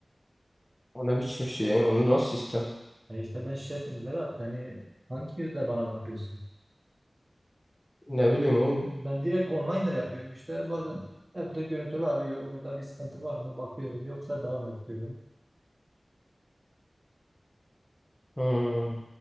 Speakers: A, on the left; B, on the right.
A: O ne biçim şey? Onu nasıl sistem?
B: E işte ben şefim Vedat. Beni hangi yüzle bana bakıyorsun?
A: Ne bileyim oğlum.
B: Ben direkt online da yapıyorum işte. Bazen Evde görüntülü arıyor. Orada bir sıkıntı var mı? Bakıyorum. Yoksa devam ediyorum.
A: Hmm.